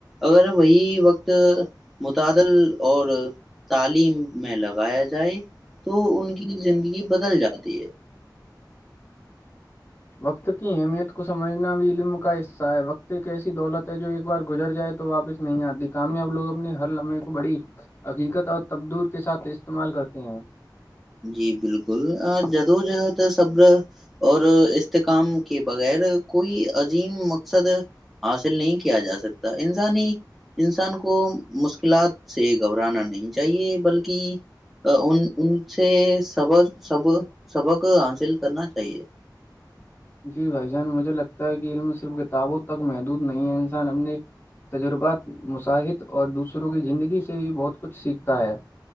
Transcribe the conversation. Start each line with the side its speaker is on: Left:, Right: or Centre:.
Centre: اگر وہی وقت متعدل اور تعلیم میں لگایا جائے تو ان کی زندگی بدل جاتی ہے
Left: وقت کی اہمیت کو سمجھنا بھی علم کا حصہ ہے وقت ایک ایسی دولت ہے جو ایک بار گزر جائے تو واپس نہیں آتی کامیاب لوگ اپنے ہر لمحے کو بی حقیقت اور تبدور کے ساتھ استعمال کرتے ہیں
Centre: جی بالکل جدو جہد صبر اور استحکام کے بغیر کوئی عظیم مقصد حاصل نہیں کیا جا سکتا انسانی انسان کو مشکلات سے گھبرانا نہیں چاہیے بلکہ ان سے سب سب سبق حاصل کرنا چاہیے
Left: جی بھائی جان مجھے لگتا ہے کہ علم صرف کتابوں تک محدود نہیں ہے انسان اپنے تجربات مصاحط اور دوسروں کی زندگی سے بھی بہت کچھ سیکھتا ہے